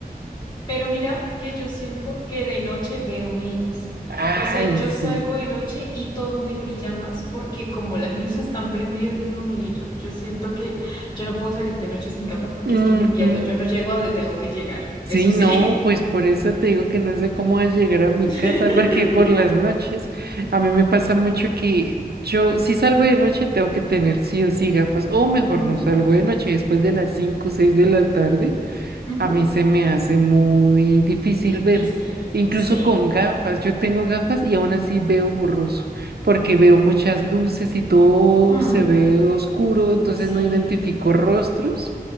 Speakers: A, on the left; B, on the right.
A: Pero mira que yo siento que de noche veo menos.
B: Ay,
A: O sea, yo
B: sí.
A: salgo de noche y todo me brilla más porque como las luces están prendidas, no, Miguel, yo, yo siento que yo no puedo salir de noche sin gafas porque
B: Ujú.
A: es que me pierdo, yo no llego a donde tengo que llegar,
B: Sí,
A: eso sí.
B: no, pues por eso te digo que no sé cómo vas a llegar a mi
A: <laughs>
B: casa, porque por las noches a mí me pasa mucho que yo, si salgo de noche, tengo que tener sí o sí gafas, o mejor
A: Ujú,
B: no salgo de noche después de las 5 o 6 de la tarde.
A: ujú.
B: A mí se me hace muy difícil
A: Difícil,
B: ver, incluso
A: sí.
B: con gafas. Yo tengo gafas y aún así veo borroso, porque veo muchas luces y todo
A: Ujú.
B: se ve oscuro, entonces
A: Sí,
B: no identifico rostros.